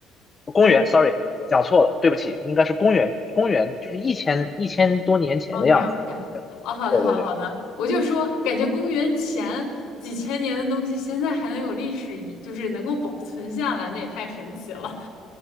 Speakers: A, on the left; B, on the left.
A: 公元，sorry，
B: 如
A: 讲错了，对不起，应该是公元，公元就是一千一千多年前的样子。
B: OK OK，哦，好的好的好的，
A: 对对对。
B: 我就说感觉公元前几千年的东西现在还能有历史遗，就是能够保存下来，那也太神奇了，